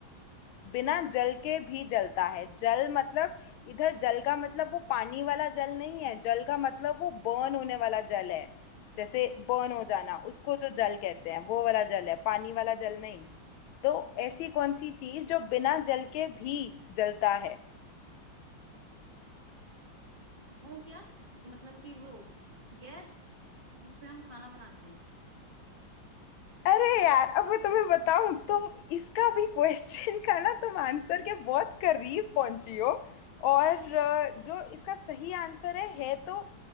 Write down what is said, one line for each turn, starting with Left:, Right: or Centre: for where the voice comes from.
Left: बिना जल के भी जलता है जल मतलब इधर जल का मतलब वो पानी वाला जल नहीं है जल का मतलब वो बर्न होने वाला जल है जैसे बर्न हो जाना उसको जो जल कहते हैं वो वाला जल है पानी वाला जल नहीं तो ऐसी कौन सी चीज जो बिना जल के भी जलता है
Right: वो क्या मतलब कि वो गैस जिसपे हम खाना बनाते हैं
Left: अरे यार अब मैं तुम्हें बताऊं तुम इसका भी क्वेश्चन का ना तुम आंसर के बहुत करीब पहुंची हो और अ, जो इसका सही आंसर है है तो